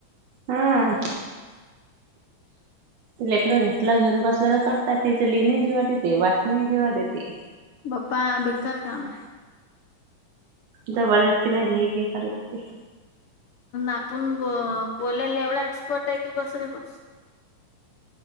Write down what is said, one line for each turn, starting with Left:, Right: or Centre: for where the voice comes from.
Right: अं..
Left: <inaudible>
Right: लेकरं घेतलं घेऊन बसल्या तर करतात, तिच लेणी जेवा देते वासना जेवा देते.
Left: बाप्पा बेकार काम आहे.
Right: जबरदस्तीन घे घे करत होती.
Left: आपण ब बोलायला एवढा, एक्सपर्ट आहे की बसरे बस.